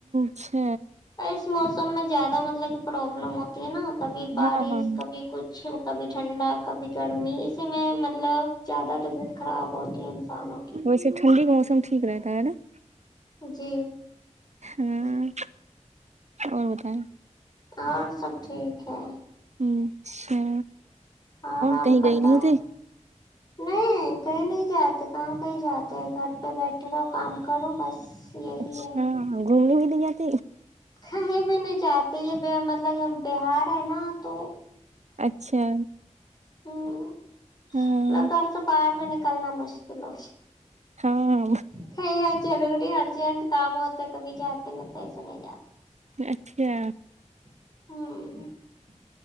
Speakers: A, on the right; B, on the left.
A: چھ
B: اس موسم میں زیادہ مطلب کہ پروابلم ہوتی ہے نا کبھی بارش
A: ہاں ہاں
B: کبھی کچھ کبھی ٹھنڈا کبھی گرمی اسی میں مطلب زیادہ طبیعت خراب ہوتی ہے انسانوں کی
A: ویسے ٹھنڈی کا موسم ٹھیک رہتا ہے نا
B: جی
A: ہاں اور بتائیں
B: اور سب ٹھیک ہے
A: اچھا
B: اور آپ
A: کہیں
B: بتائیں
A: گئے نہیں تھے
B: نہیں کہیں نہیں جاتے کہاں کہیں جاتے گھر پہ بیٹھے رہو کام کروں بس یہی
A: اچھا
B: ہے
A: گھومنے یا ت
B: کہیں بھی نہیں جاتتے یہ ب ہم مطلب بہار ہے نا تو
A: اچھا
B: ہوں
A: ہاں
B: مطلب گھر سے باہر بھی نک کلنا مشکل ہو
A: ہاں
B: کھ گ چ آڈٹ ارجنٹ کام ہوتا ہے توب جاتے نہیں تو ایسے نہیں جاتے
A: اچھا
B: ہاں